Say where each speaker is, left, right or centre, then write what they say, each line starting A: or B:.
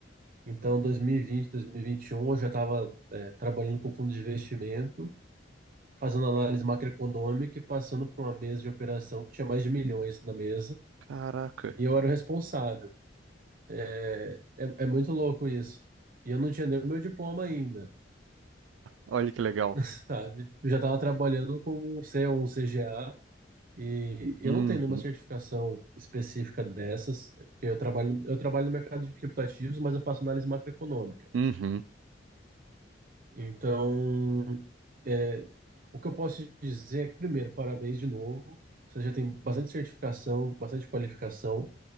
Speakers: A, on the right; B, on the right.
A: Então, 2020, 2021, eu já estava é, trabalhando com fundo de investimento, fazendo análise macroeconômica e passando por uma mesa de operação que tinha mais de milhões na mesa.
B: Caraca,
A: E eu era o responsável. É, é é muito louco isso. E eu não tinha nem o meu diploma ainda,
B: olha que legal.
A: <laughs> sabe? Eu já estava trabalhando com um C ou um CGA. E eu
B: Uhum,
A: não tenho nenhuma certificação específica dessas, porque eu trabalho, eu trabalho no mercado de criptativos, mas eu faço análise macroeconômica.
B: uhum,
A: Então, é, o que eu posso te dizer é que, primeiro, parabéns de novo. Você já tem bastante certificação, bastante qualificação,